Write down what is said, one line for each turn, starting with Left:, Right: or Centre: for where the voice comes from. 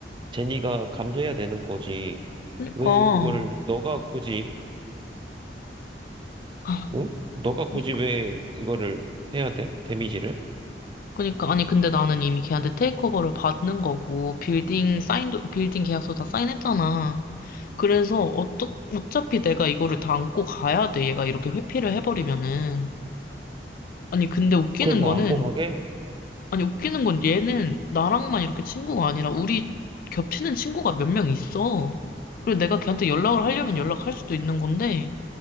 Right: 제니가 감수해야 되는 거지.
Left: 그니까,
Right: 왜 그거를 너가 굳이,
Left: 아,
Right: 응? 너가
Left: 그니까,
Right: 굳이 왜 이거를 해야 돼? 데미지를?
Left: 그니까. 아니, 근데 나는 이미 걔한테 테이크오버를 받는 거고, 빌딩 사인도, 빌딩 계약서 다 사인했잖아. 그래서 어떠, 어차피 내가 이거를 다 안고 가야 돼. 얘가 이렇게 회피를 해버리면은. 아니, 근데 웃기는
Right: 그래서
Left: 거는,
Right: 안고 가게?
Left: 아니, 웃기는 건 얘는 나랑만 이렇게 친구가 아니라 우리 겹치는 친구가 몇 명 있어. 그리고 내가 걔한테 연락을 하려면 연락할 수도 있는 건데,